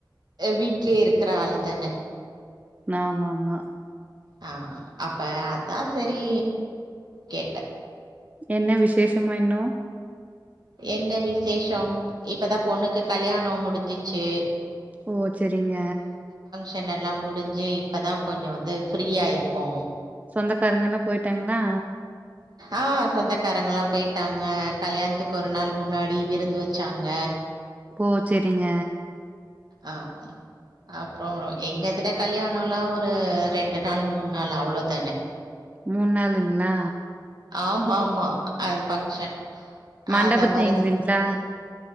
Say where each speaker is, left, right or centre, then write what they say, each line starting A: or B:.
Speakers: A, on the right (about 60°); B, on the right (about 20°).
A: வீட்லயே இருக்கிற ஆளு தான
B: ஆமா ஆமா
A: ஆ அப்ப அதா சரி கேட்டே
B: என்ன விசேஷமா இன்னு
A: என்ன விசேஷம் இப்பதா பொண்ணுக்கு கல்யாணோ முடிஞ்சிச்சு
B: ஓ செரிங்க
A: ன் எல்லா முடிஞ்சு இப்பதா கொஞ்சோ வந்து ஃப்ரீயா இருக்கோ
B: சொந்தக்காரங்கெல்லா போய்ட்டாங்ளா
A: ஆ சொந்தக்காரங்கல்லா போய்ட்டாங்க கல்யாணத்துக்கு ஒரு நாள் முன்னாடி விருந்து வெச்சாங்க
B: ஓ செரிங்க
A: ஆ உ அப்றோ எங்க இதுல கல்யாணோல்லா ஒரு ரெண்டு நாள் மூண் நாள் அவ்ளோதான
B: மூண் நாளுங்ளா
A: ஆமா ஆமா அது ஃபங்க்ஷன்
B: மண்டபத்து
A: அத மாரி
B: இல்லைங்களா
A: தா